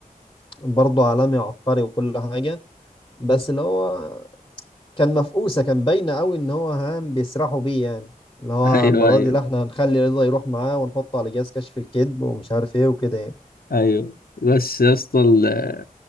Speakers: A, on the left; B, on the left.
A: برضه عالمي وعبقري وكل حاجه بس اللي هو كان مفقوسه كان باينه قوي ان هو هام بيسرحوا بيه يعني اللي هو
B: ايوه
A: المره
B: ايوه
A: دي لا احنا هنخلي رضا يروح معاه ونحطه على جهاز كشف الكذب ومش عارف ايه وكده يعني
B: ايوه بس يا اسطى ال-